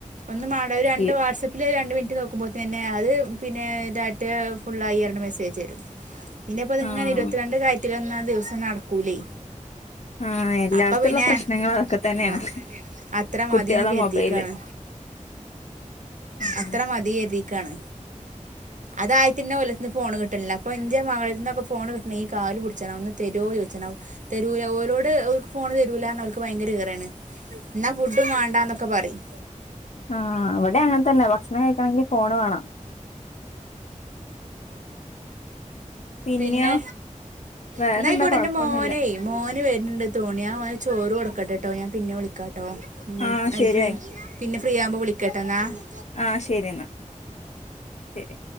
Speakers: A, on the right (about 70°); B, on the left (about 60°).
A: ഒന്ന് മാട രണ്ട്
B: ഈ
A: വാട്സആപ്പില് രണ്ട് നോക്കുമ്പോൾ തന്നെ അത് പിനെ ടാറ്റ ഫുള്ളായി എന് മെസ്സേജ് വരും പിന്നെപ്പൊതിങ്ങനെ
B: ആ
A: ഇരുപത്തിരണ്ട് കയററലൊന്നും ആ ദിവസം നടക്കൂലേ
B: ആഹ എല്ലായിടത്തുള്ള
A: അപ്പൊ പിന്നെ
B: പ്രശ്നങ്ങള് അതൊക്കെ തന്നെയാണ്
A: ആ അത്ര
B: കുട്ടികളെ
A: മതിന്ന് കരുതിക്കാണ്
B: മൊബൈല് ആഹ്
A: അത്ര മതിയതി ആണ് അതായ പിന്നെ ഓൾക്ക് ഫോണ് കിട്ടണില്ല അപ്പൊ എന്റെ മകളെ <unintelligible> ഫോണ് കിട്ടണമെങ്കിൽ കാല് പിടിച്ചണം തരെവോ ചോദിച്ചണം ഫോണ് തരൂല ഓരോട് ഫോണ് തരൂല അവക്ക് ഭയങ്കര ഇറയാണ് എന്നാ ഫുഡും വേണ്ടന്നൊക്കെ പറയും
B: ആഹ ഇവിടെ അങ്ങനത്തന്നെ ഭക്ഷണം കഴിക്കണമെങ്കിൽ ഫോണ് വേണം പിന്നെയോ
A: പിന്നെ
B: വേറെന്താ
A: എന്നായിക്കോട്ടേ
B: കൊഴപ്പൊന്നുല്ല
A: എന്റെ മോനെ മോന് വരുന്നുണ്ട് തോന്നിയ ആ മോനെ ചോറ് കൊടക്ക വിളിക്കട്ടെട്ടോ ഞാൻ പിന്നെ വിളിക്കാം കേട്ടോ
B: ആഹ് ശരി
A: ഫ്രീ പിന്നെ ഫ്രീ ആവുമ്പോൾ വിളിക്കാംട്ടോ എന്നാൽ
B: ആഹ ശരി എന്നാ ശരി